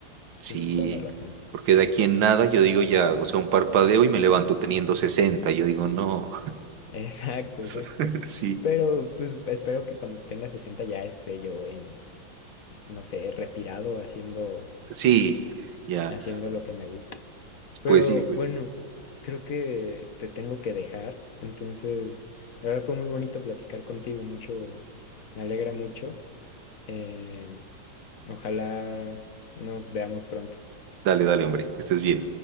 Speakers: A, on the right; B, on the left.
A: sí,
B: Tienes toda la razón.
A: porque de aquí en nada yo digo ya, o sea, un parpadeo y me levanto teniendo sesenta Yo digo, no,
B: <laughs> Exacto,
A: <laughs>
B: exacto.
A: sí.
B: Pero pues espero que cuando tenga 60 ya esté yo en, no sé, retirado haciendo,
A: Sí, ya.
B: haciendo lo que me gusta. Pero
A: Pues sí, pues
B: bueno,
A: sí.
B: creo que te tengo que dejar. Entonces, la verdad fue muy bonito platicar contigo, mucho, me alegra mucho. Em, ojalá nos veamos pronto.
A: Dale, dale, hombre. Estés bien.